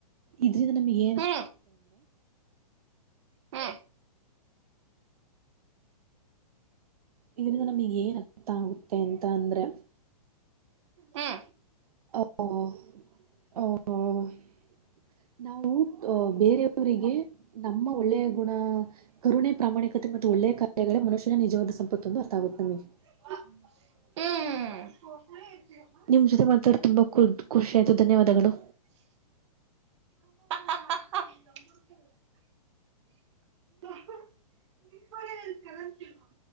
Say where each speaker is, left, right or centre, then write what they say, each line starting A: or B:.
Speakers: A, on the right; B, on the right.
A: ಇದ್ರಂದ ನಮಗೆ ಏ
B: ಹಾ ಹ
A: ಇದರಿಂದ ನಮಗ್ ಏನ್ ಅರ್ಥ ಆಗುತ್ತೆ ಅಂತ ಅಂದ್ರೆ
B: ಹಾ
A: <inaudible> ನಾವು ಅ ಬೇರೆಯವರಿಗೆ ನಮ್ಮ ಒಳ್ಳೆಯ ಗುಣ ಕರುಣೆ ಪ್ರಾಮಾಣಿಕತೆ ಮತ್ತು ಒಳ್ಳೆಯ ಕಾರ್ಯಗಳೇ ಮನುಷ್ಯನ ನಿಜವಾದ ಸಂಪತ್ತತ್ತುೊಂದು ಅರ್ಥ ಆಗುತ್ತೆಮಗೆ
B: ಹ್ಮ್
A: ನಿಮ್ಮ ಜೊತೆ ಮಾತ್ರಾರೆ ತುಂಬ ಖುಷಿ ಆಯಿತು ಧನ್ಯವಾದಗಳು
B: ಹ ತ